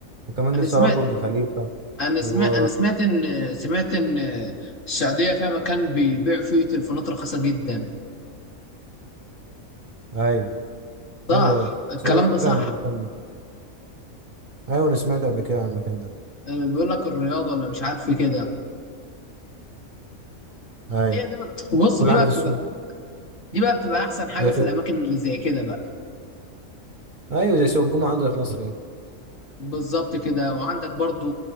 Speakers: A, on the right; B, on the left.
A: وكمان
B: انا
A: نفسي
B: سمعت
A: أروح برج خليفة
B: انا سمعت
A: و
B: انا سمعت ان سمعت ان السعوديه فيها مكان بيبيعوا فيه تليفونات رخيصه جدا
A: أيوة
B: صح
A: إيه
B: الكلام
A: سمعت
B: ده صح
A: عن المكان ده أيوة أنا سمعت قبل كده عن المكان ده
B: اه، بيقول لك الرياض ولا مش عارف ايه كده
A: أيوة
B: هي دي بقى- بص
A: كل
B: دي
A: حاجة
B: بقى
A: في السوق
B: بتبقى دي بقى بتبقى احسن حاجه
A: زي
B: في
A: سوق
B: الاماكن اللي زي كده بقى
A: أيوة زي سوق الجمعة عندنا في مصر إيه
B: بالظبط كده وعندك برضو